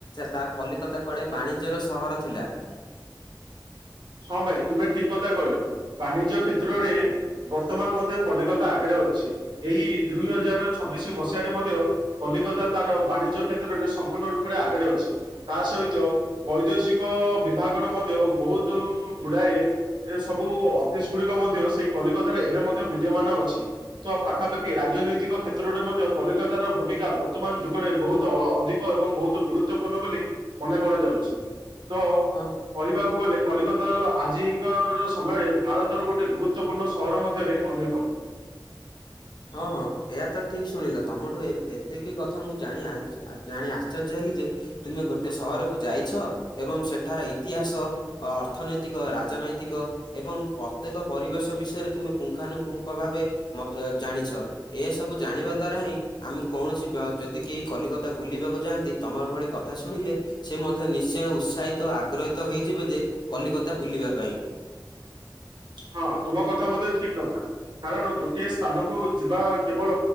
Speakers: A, on the left; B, on the right.
A: ତା କଲିକତା କୁଆଡେ ବାଣିଜ୍ୟର ସହର ଥିଲା।
B: ହଁ ଭାଇ ତୁମେ ଠିକ୍ କଥା କହିଲ, ବାଣିଜ୍ୟ କ୍ଷେତ୍ରରେ ବର୍ତ୍ତମାନ୍ ମଧ୍ୟ କଲିକତା ଆଗରେ ଅଛି, ଏହି ଦୁଇ ହଜାର ଛବିଶି ମସିହାରେ ମଧ୍ୟ। କଲିକତା ତାର ବାଣି। ଜ୍ୟ କ୍ଷେତ୍ରରେ ସମ୍ପୂର୍ଣ୍ଣ ରୂପରେ ଆଗରେ ଅଛି ତା ସହିତ ବୈଦେଶିକ ବିଭାଗର ମଧ୍ୟ ବୋହୁତ ଗୁଡାଏ ଏ ସବୁ ଅଫିସ୍ ଗୁଡିକ ମଧ୍ୟ ସେଇ କଲିକତାରେ ଏବେ ମଧ୍ୟ ବିଦ୍ୟମାନ ଅଛି। ତ ପାଖାପାଖି ରାଜନୈତିକ କ୍ଷେତ୍ରରେ ମଧ୍ୟ କଲିକାତାର ଭୂମିକା ବ ବର୍ତ୍ତମାନ ଯୁଗରେ ବୋହୁତ୍ ଅ-ଅଧିକ ଏବଂ ବୋହୁତ୍ ଗୁରୁତ୍ୱପୂର୍ଣ୍ଣ ବୋଲି ମନେ କରାଯାଉଛି। ତ
A: ହଁ
B: କହିବାକୁ ଗଲେ କଲିକତାର ଆଜିକର ସମୟରେ ଭାରତର ଗୋଟିଏ ଗୁରୁତ୍ୱପୂର୍ଣ୍ଣ ସହର ମଧ୍ୟରେ ଅନ୍ୟତମ।
A: ହଁ -ହଁ ଏହା ତ ଠିକ୍ ଶୁଣିଲ, ତମଠୁ ଏତିକି କଥା ମୁଁ ଜାଣି-ଆ- ଜାଣି ଆଶ୍ଚର୍ଯ୍ୟ ହେଲି ଯେ ତୁମେ ଗୋଟେ ସହରକୁୁ ଯାଇଛ ଏବଂ ସେଠାର ଇତିହାସ। ଅର୍ଥନୈତିକ ରାଜନୈତିକ ଏବଂ ପ୍ରତ୍ୟେକ ପରିବେଶ ବିଷୟରେ ତୁମେ ପୁଙ୍ଗାନୁପୁଙ୍ଗ୍ ଭାବେ ମତ ଜାଣିଛ। ଏସବୁ ଜାଣିବା ଦ୍ଵାରା ହିଁ ଆମେ କୌଣସି ଯଦି କେହି କଲିକତା ବୁଲିବାକୁ ଯାଆନ୍ତି। ତମର ଭଳି କଥା ଶୁଣିଲେ ସେ ମଧ୍ୟ। ନିଶ୍ଚୟ ଉତ୍ସାହିତ ଆଗ୍ରହିତ ହେଇଯିବେ ଯେ କଲିକତା ବୁଲିବା ପାଇଁ।
B: ହଁ ତୁମ କଥା ମଧ୍ୟ ଠିକ୍ କଥା। କାରଣ ଗୋଟିଏ ସ୍ଥାନକୁ ଯିବା କେବଳ